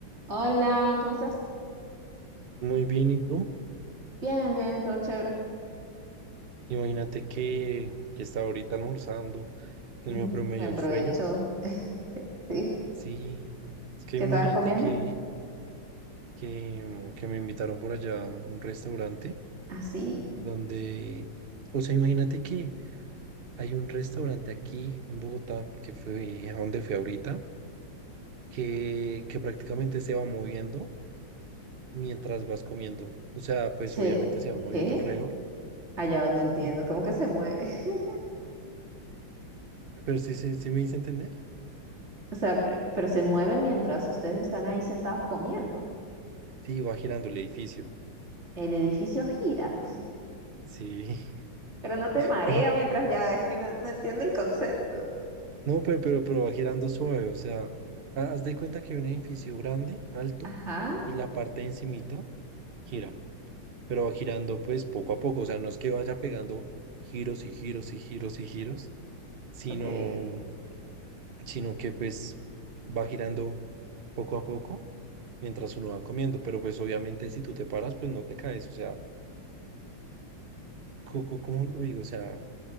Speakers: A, on the right (about 30°); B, on the right (about 45°).
A: Hola, ¿cómo estás?
B: Muy bien, ¿y tú?
A: Bien, bien, todo chévere.
B: Imagínate que, que estaba ahorita almorzando, el
A: Ujú,
B: mío pero me
A: Buen
B: dio un
A: provecho.
B: sueño.
A: <laughs> Sí,
B: Sí, es que
A: ¿qué
B: imagínate
A: estabas comiendo?
B: que, que, mm, que me invitaron por allá a un restaurante
A: Así,
B: donde, o sea, imagínate que hay un restaurante aquí en Bogotá, que fue a donde fui ahorita, que, que prácticamente se va moviendo mientras vas comiendo. O sea, pues
A: se,
B: obviamente se va moviendo
A: ¿qué?
B: alrededor,
A: Allá va, no entiendo,
B: y-
A: ¿cómo que se mueve? <laughs>
B: pero sí, sí, sí me hice entender.
A: O sea, pero, pero se mueve mientras ustedes están ahí sentados comiendo.
B: Sí, va girando el edificio.
A: El edificio gira,
B: Sí.
A: pero no te marea
B: <laughs> Ajá.
A: mientras ya, es que no, no entiendo el concepto.
B: No, pero, pero, pero va girando suave, o sea, ha- haz de cuenta que hay un edificio grande, alto,
A: Ajá,
B: y la parte de encimita gira, pero va girando pues poco a poco, o sea, no es que vaya pegando giros y giros y giros y giros, sino,
A: ok,
B: sino que pues va girando poco a poco mientras uno va comiendo, pero pues obviamente si tú te paras, pues no te caes, o sea, co- co- ¿cómo, lo digo? O sea,